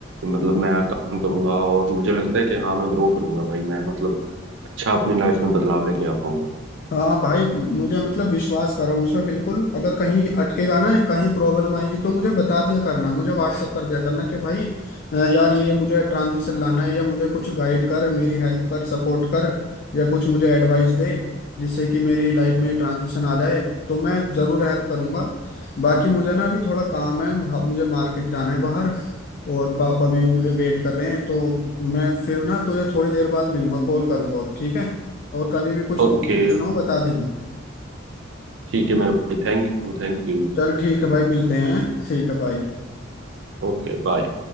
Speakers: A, on the right; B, on the left.
A: मतलब मैं काम करूंगा और मुझे लगता है कि हाँ मैं ग्रो करूंगा भाई मैं मतलब अच्छा अपनी लाइफ में बदलाव लेके आ पाऊंगा
B: हाँ भाई मुझे मतलब विश्वास करो मुझ पे बिल्कुल अगर कहीं अटकेगा ना कहीं प्रॉब्लम आएगी तो मुझे बता दिया करना मुझे व्हाट्सअप कर दिया करना कि भाई अ, यार ये मुझे ट्रांजिशन लाना है या मुझे कुछ गाइड कर मेरी हेल्प कर सपोर्ट कर या कुछ मुझे एडवाइस दे जिससे कि मेरी लाइफ में ट्रांजिशन आ जाए तो मैं ज़रूर हेल्प करूंगा बाकी मुझे ना अभी थोड़ा काम है हाँ, मुझे मार्केट जाना है बाहर और पापा भी मुझे वेट कर रहे हैं तो मैं फिर ना तुझे थोड़ी देर बाद मिलूंगा कॉल करूंगा और ठीक है और कभी भी कुछ
A: ओके
B: पू- पूछना हो बता देना
A: ठीक है मेरे भाई thank you thank you
B: चल ठीक है भाई मिलते हैं ठीक है भाई
A: Okay bye